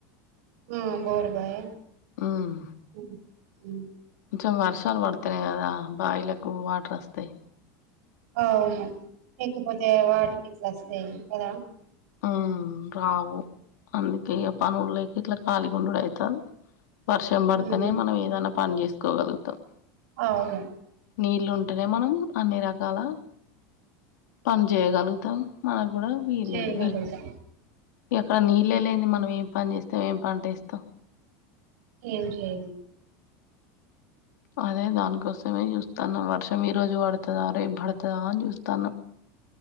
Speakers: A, on the right (about 70°); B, on the left (about 85°).
A: ఉమ్ బోర్బాయ?
B: ఉమ్,
A: ఉమ్ ఉ
B: కొంచెం వర్షాలు పడుతున్నయి కదా బాయిలకు వాటర్ అస్తయి.
A: అవును లేకపోతే వాటికి ఎట్ల అస్తయి కదా.
B: ఆ రావు, అందుకే పనులు లేక ఇట్ల కళీగుండుడు ఐతాంది. వర్షం పడితేనే
A: ఉమ్
B: మనం ఏదన్నా పని చేసుకోగలుగుతాం.
A: అవును
B: నీళ్లు ఉంటేనే మనం అన్ని రకాల పని చేయగలుగుతం. మనకు గుడ వీల్లేదు.
A: చేయగలుగుతాం
B: ఇక్కడ నీళ్లేలేంది మనం ఏం పని చేస్తాం, ఏం పంట ఏస్తాం?
A: ఏం చేయను
B: అదే దానికోసమే చూస్తాన్న, వర్షం ఈ రోజు పడుతదా, రేపు పడుతదా అని చూస్తాన్న.